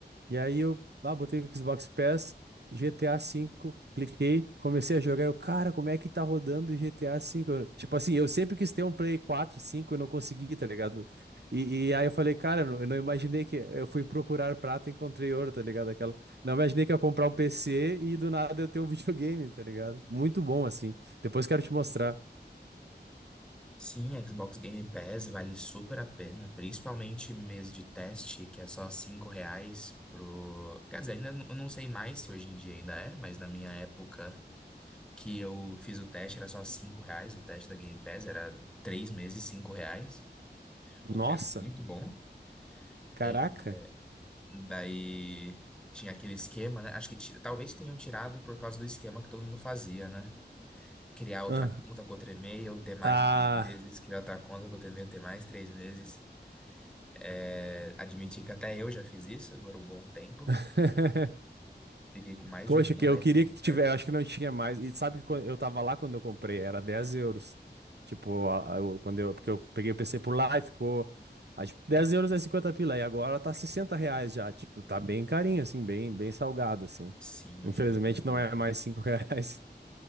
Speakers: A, on the right; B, in the centre.
A: E aí eu, ah, botei o Xbox Pass, GTA V, cliquei, comecei a jogar. Eu, cara, como é que tá rodando o GTA V? Eu, tipo assim, eu sempre quis ter um Play 4 5 e não consegui, tá ligado? E, e aí eu falei, cara, eu não, eu não imaginei que. Eu fui procurar prata e encontrei ouro, tá ligado? Aquela. Não imaginei que eu ia comprar um PC e do nada eu ter um <laughs> videogame, tá ligado? Muito bom, assim. Depois quero te mostrar.
B: Sim, a Xbox Game Pass vale super a pena, principalmente mês de teste, que é só 5 reais pro. Quer dizer, ainda n- eu não sei mais se hoje em dia ainda é, mas na minha época que eu fiz o teste era só 5 reais, o teste da Game Pass era 3 meses, 5 reais,
A: Nossa,
B: o que era muito bom.
A: caraca.
B: É, é, daí tinha aquele esquema, né? Acho que ti- talvez tenham tirado por causa do esquema que todo mundo fazia, né? criar outra
A: Ah,
B: conta com outro e-mail, ter mais
A: ah.
B: três meses, criar outra conta com outro e-mail, ter mais três meses. É, admitir que até eu já fiz isso por um bom tempo.
A: <laughs>
B: Fiquei com mais
A: Poxa,
B: de um
A: que
B: ano
A: eu
B: aí
A: queria
B: no
A: que
B: pé.
A: tivesse, acho que não tinha mais. E sabe que quando- eu tava lá quando eu comprei, era 10 euros. Tipo, a- a- eu- quando eu, porque eu peguei o PC por lá e ficou, ah, tipo, 10 euros é 50 pila, e agora tá 60 reais já, tipo, tá bem carinho, assim, bem, bem salgado, assim.
B: Sim,
A: Infelizmente
B: hoje em dia. eu tenho-
A: não é
B: um.
A: mais cinco reais <laughs>